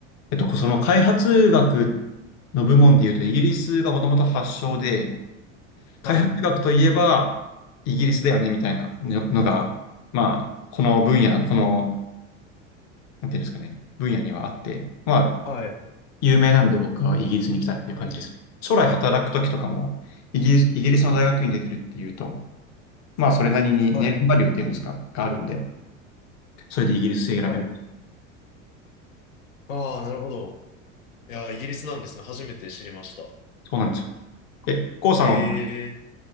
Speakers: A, on the left (about 45°); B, on the left (about 85°).
A: えっと、その開発学の部門でいうと、イギリスがもともと発祥で、開発学といえばイギリスだよねみたいなののが、
B: はい。
A: まあ、この分野、この、なんていうんですかね、分野にはあって、まあ、
B: はい。
A: 有名なんで僕はイギリスに来たっていう感じですね。将来働くときとかも、イギリス、イギリスの大学院出てるっていうと、まあそれなりにネームバリューっていうんですか、
B: はい。
A: があるんで、それでイギリス選びます。
B: はい。ああ、なるほど。いやー、イギリスなんですね。初めて知りました。
A: そうなんですよ。え、コウさんは
B: へえ。